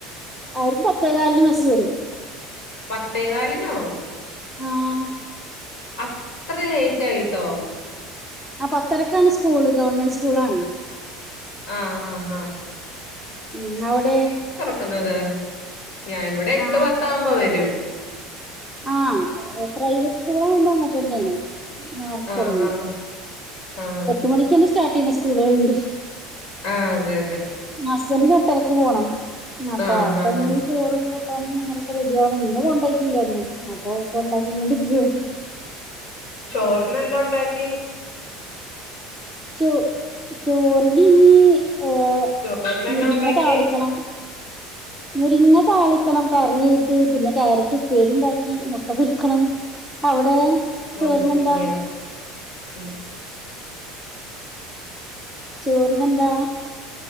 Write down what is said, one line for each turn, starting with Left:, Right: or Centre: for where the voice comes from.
Centre: അവർക്ക് പത്തേ കാലിന് ബസ് വരും
Left: പത്തേകാലിനോ
Centre: ആഹ്
Left: അത്ര ലേറ്റ് ആയിട്ടോ
Centre: ആ പത്തരക്കാണ് സ്കൂള് ഗവണ്മെന്റ് സ്കൂളാണ്
Left: ആ ആഹ ആഹ
Centre: ഉം അവിടെ
Left: ക്കുന്നത് ഞാൻ ഇവിടെ എട്ട്
Centre: ആ
Left: പത്താവുമ്പോ വരൂ
Centre: ആ പ്രൈവറ്റ് സ്കൂളാകുമ്പോ അങ്ങനെ തന്നെയാണ് നേരെത്തെ
Left: ആഹ്
Centre: തുടങ്ങ
Left: ആഹ് ആഹ്
Centre: എട്ട് മണിക്ക്ന്നെ സ്റ്റാർ സ്കൂളുണ്ട്
Left: ആഹ് അതെ അതെ
Centre: ഹസ്ബൻഡ് ന് എട്ടരക്ക് പോണം അപ്പൊ
Left: ആഹ്
Centre: ആ
Left: ആഹ്
Centre: ടൈമിൽ
Left: ആഹ്
Centre: ചോറും കൂ കൂട്ടാനും അങ്ങനൊക്കെ റെഡിയാവണം ഇന്ന് കൊണ്ടട്ടില്ല ഒന്നും അപ്പൊ ഇപ്പ ഉണ്ടാക്കി കൊണ്ടിക്കെനി
Left: ചോറിന് എന്താ ഉണ്ടാക്കി
Centre: ചോ ചോർന് ന്നു ഏഹ
Left: ചോറിന് എന്നാ
Centre: മുരിങ്ങ
Left: ഉണ്ടാക്കിയേ
Centre: താളിക്കണം മുരിങ്ങ താളി ക്കണം കറിയായിട്ട് പിന്നെ ക്യാരറ്റ് ഉപ്പേരി ഉണ്ടാക്കി മുട്ട പൊരിക്കണം അവിടെ ചോറിനെന്താ
Left: ആ മുരിങ്ങ ഉം
Centre: ചോറ് നെന്താ